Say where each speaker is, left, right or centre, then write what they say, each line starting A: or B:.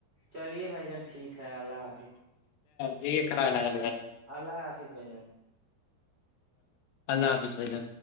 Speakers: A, on the right (about 75°); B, on the left (about 80°).
A: چلیے بھائی جان ٹھیک ہے اللہ حافظ
B: یہ کرا لگ
A: اللہ آافس بھ جان
B: اللہ حافظ بائیا